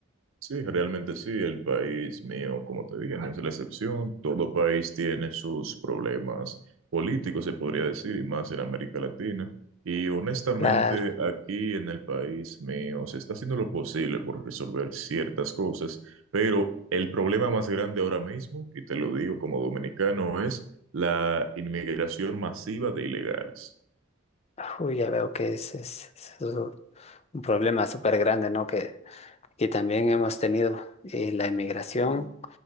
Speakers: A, on the right; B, on the left.
A: Sí, realmente sí, el país mío, como te dije, no es la excepción. Todo país tiene sus problemas políticos, se podría decir, y más en América Latina. Y honestamente,
B: Claro,
A: aquí en el país mío se está haciendo lo posible por resolver ciertas cosas, pero el problema más grande ahora mismo, y te lo digo como dominicano, es la inmigración masiva de ilegales.
B: uy, ya veo que es, es es un problema súper grande, ¿no? Que Y también hemos tenido eh, la emigración.